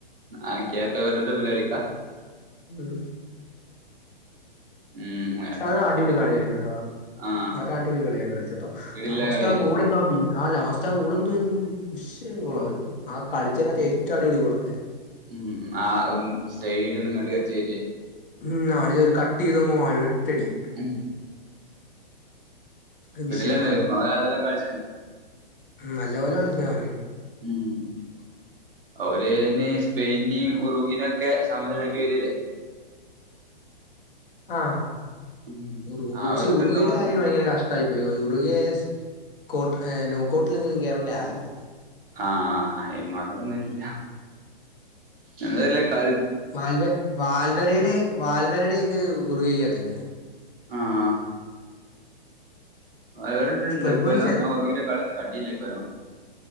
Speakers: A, on the right; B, on the left.
A: ആ കേപ്പ് വെർട്ടന്റെമ്മല് ളിക്കാ
B: ഉം
A: ഉം
B: ക്ഷെ അത് അടിപൊളി കളിയായിരുന്നുട്ടോ
A: ആ
B: അത് അടിപൊളി കളിയായിരുന്നു കളിച്ചെട്ടോ
A: കിടില്ല
B: ലാസ്റ്റ്
A: കളിയാണ്
B: ആ ഗോളി എന്താ ആ ലാസ്റ്റ് ആ ഗോള് എന്ത്‌വായിരുന്നു വിശയം ഗോളായിരുന്നു
A: ഓ
B: ആ കളിച്ചതിനകത്ത് ഏറ്റോം അടിപൊളി ഗോളായിരുന്നു
A: ഉം ആ സെയ്ഡ്ന്ന് ഇങ്ങട്ട് അടിച്ച് കേറ്റിയെ
B: ഉം അടി ഒരു കട്ട് ചെയ്ത് ഒറ്റടി
A: ഉം
B: അത് വിഷയം
A: കിടിലാണ്
B: ഗോളായിരുന്നു
A: അവൻ നല്ല കളിച്ചാണ്
B: ഉം നല്ല പോലെ കളിച്ചാമതി
A: ഉം അവര് ഇനി സ്പെയിനേം ഉറഗേനൊക്കെ സമനിലാക്കി വരല്ലേ
B: ആ
A: ഉം
B: ഉറു
A: ആ
B: പക്ഷെ
A: ഒരു ഇതുണ്ടാവും
B: ഉറൂഗയുടെ
A: അവർക്ക്
B: കാര്യം ഭയങ്കര കഷ് ട്ടായി പോയി ഉറൂഗേസ്‌ കോട്ട് നോക്കോ ട്ടിലെങ്കിലും കേറേണ്ട ആയിരുന്നു
A: ആ ആയിന് മാത്രൊന്നുല്ല എന്തല്ലേ കൾ
B: വാൽവെ വാൽവരേടെ വാൽവരേടെ ഉറൂഗക്കകത്തില്ലേ
A: ആഹ് അവരുണ്ട്ണ്ട്ക്കൊല്ലം
B: ക്ലബ് വൈസ്
A: ഞാൻ ഉറുഗ് ന്റെ കളിന്നും കണ്ടില്ലക്കൊല്ലം